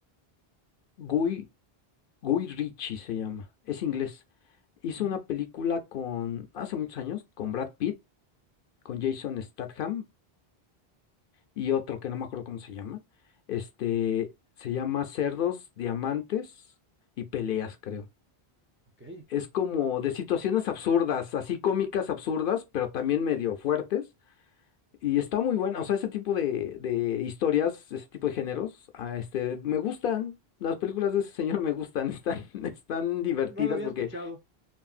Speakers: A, on the left; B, on the right.
A: Guy, Guy Ritchie se llama, es inglés.
B: Ujú,
A: Hizo
B: ujú,
A: una película con, hace muchos años, con Brad Pitt, con Jason Statham y otro que no me acuerdo cómo se llama. Este, se llama Cerdos, Diamantes y Peleas, creo.
B: Ok,
A: Es como de situaciones absurdas, así cómicas absurdas, pero también medio fuertes Y está muy buena, o sea, ese tipo de, de historias, ese tipo de géneros, ah, este, me gustan. Las películas de ese señor me gustan, <laughs> están, están divertidas
B: no, no lo había
A: porque
B: escuchado,